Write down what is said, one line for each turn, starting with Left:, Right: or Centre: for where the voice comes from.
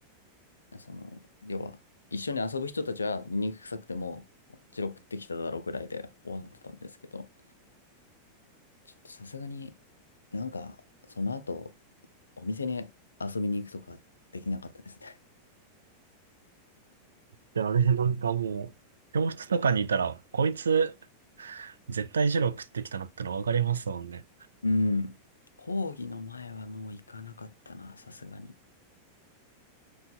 Left: その、要は、一緒に遊ぶ人たちは醜臭くても、チロちってきただろうぐらいで終わってたんですけど、ちょっとさすがになんか、その後、お店に遊びに行くとかできなかったですね。
Right: てあれなんかもう、教室とかにいたら、こいつ絶対ジロー食ってきたなってのわかりますもんね。
Left: うん。講義の前はもう行かなかったな、さすがに。